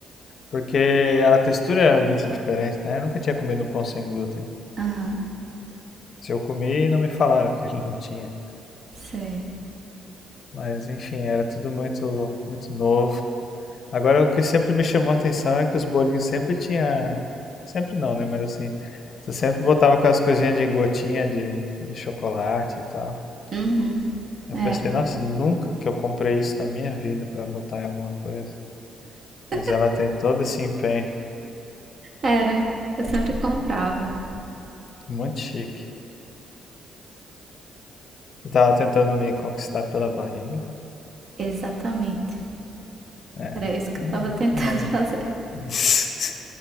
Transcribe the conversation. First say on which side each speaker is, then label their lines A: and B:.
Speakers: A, on the left (about 55°); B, on the right (about 50°).
A: Porque a textura é muito diferente, né? Eu nunca tinha comido um pão sem glúten.
B: Aham,
A: Se eu comi, não me falaram que ele não tinha.
B: sei.
A: Mas enfim, era tudo muito, muito novo. Agora, o que sempre me chamou a atenção é que os bolinhos sempre tinha, sempre não, né? Mas assim, tu sempre botava aquelas coisinhas de gotinha de, de chocolate e tal.
B: Uhum,
A: Eu
B: era.
A: pensei, nossa, nunca que eu comprei isso na minha vida pra botar em alguma coisa. Mas
B: <laughs>
A: ela tem todo esse empenho,
B: Era. Eu sempre comprava.
A: muito chique. Tu tava tentando me conquistar pela barriga?
B: Exatamente.
A: É,
B: Era isso que
A: não,
B: eu tava tentando
A: não,
B: <laughs> fazer.
A: <laughs>